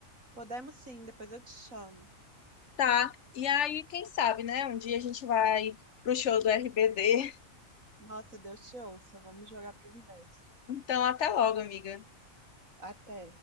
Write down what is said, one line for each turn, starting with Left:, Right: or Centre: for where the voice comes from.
Right: Podemos sim, depois eu te chamo.
Left: Tá. E aí, quem sabe, né? Um dia a gente vai pro show do RBD.
Right: Nossa, Deus te ouça, vamos jogar pro universo.
Left: Então, até logo, amiga.
Right: Até.